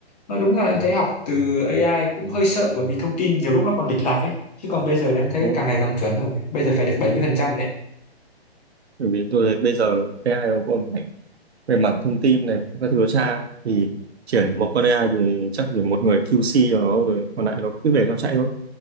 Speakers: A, on the left; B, on the right.
A: nói đúng là em thấy học từ AI cũng hơi sợ bởi vì thông tin nhiều lúc nó còn lệch lạc ấy chứ còn bây giờ là em thấy
B: đúng
A: càng
B: không
A: ngày càng chuẩn rồi bây giờ phải được 70% rồi đấy
B: bởi vì tôi thấy bây giờ AI nó còn mạnh về mảng thông tin này các thứ nó tra thì chuyển một con AI thì chắc chỉ một người QC cho nó rồi còn lại nó cứ để cho chạy thôi